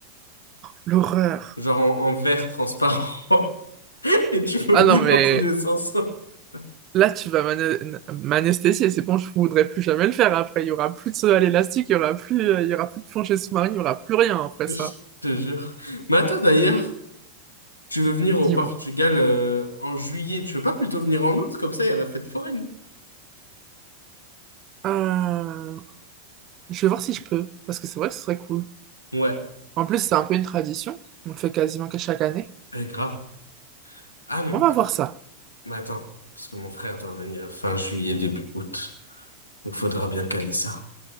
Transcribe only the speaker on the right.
L'horreur.
Ah non, mais
là, tu vas m'ana- m'anesthésier. C'est bon, je voudrais plus jamais le faire après. Il y aura plus de saut à l'élastique, il y aura plus, euh, il y aura plus de plancher sous-marin, il y aura plus rien après
ça.
Dis-moi.
Euh, Je vais voir si je peux, parce que c'est vrai que ce serait cool.
En plus, c'est un peu une tradition. On le fait quasiment qu'à chaque année.
On va
voir ça.